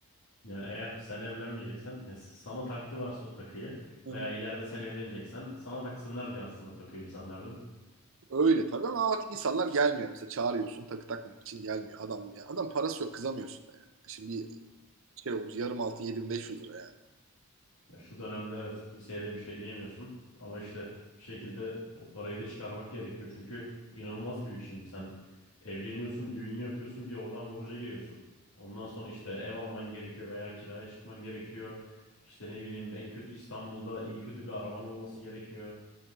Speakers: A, on the left; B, on the right.
A: Yani eğer sen evlenmeyeceksen yani sana taktılarsa o takıyı
B: Hı
A: veya
B: hı.
A: ileride sen evleneceksen sana taksınlar diye aslında takıyor insanlar değil mi?
B: Öyle tabii ama artık insanlar gelmiyor mesela çağırıyorsun takı takmamak için gelmiyor adam ya. Adam parası yok kızamıyorsun da yani. Şimdi bir şey olmuş yarım altın 7500 lira yani.
A: Ya şu dönemde evet kimseye de bir şey diyemiyorsun ama işte bir şekilde o parayı da çıkarmak gerekiyor. Çünkü inanılmaz büyük şimdi sen evleniyorsun, düğününü yapıyorsun, bir oradan borca giriyorsun. Ondan sonra işte ev alman gerekiyor veya kiraya çıkman gerekiyor. İşte ne bileyim en kötü İstanbul'da iyi kötü bir araban olması gerekiyor.